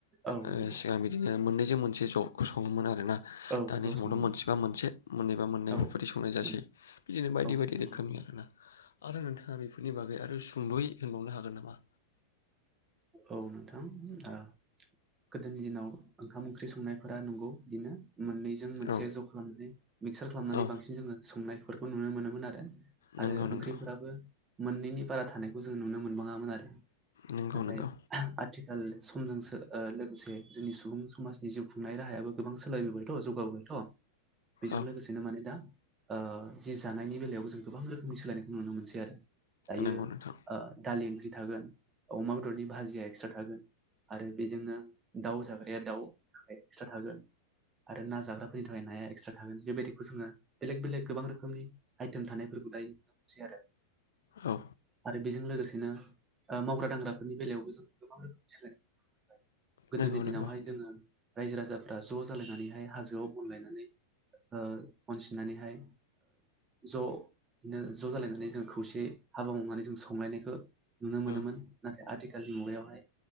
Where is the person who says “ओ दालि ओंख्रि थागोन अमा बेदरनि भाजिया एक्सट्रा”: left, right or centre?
Right